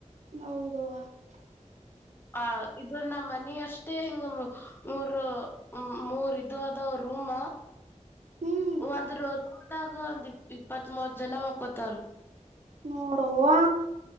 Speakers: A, on the right (about 60°); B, on the left (about 15°).
A: ಹೌದವಾ
B: ಹ ಇದು ನ ಮನಿ ಅಷ್ಟೇ ಹಿಂಗ ಮೂರ ಮೂರ್ ಇ ಆದ ರೂಮ
A: ಹ್ಮ್
B: ಒಂದ್ರ ಹದಾಗ ಒಂದ ಇಪ್ಪತ್ ಮೂವತ್ ಜನ ಮಕ್ಕೊತಾರ
A: ನೋಡವಾ